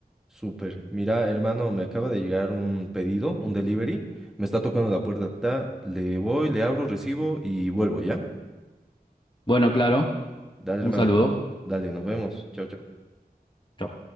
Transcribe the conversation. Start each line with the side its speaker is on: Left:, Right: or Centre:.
Centre: Súper. Mira, hermano, me acaba de llegar un pedido, un delivery. Me está tocando la puerta. ta, Le voy, le abro, recibo y vuelvo, ¿ya?
Left: Bueno, claro,
Centre: Dale,
Left: un
Centre: hermano.
Left: saludo.
Centre: Dale, nos vemos. Chao, chao.
Left: Chau.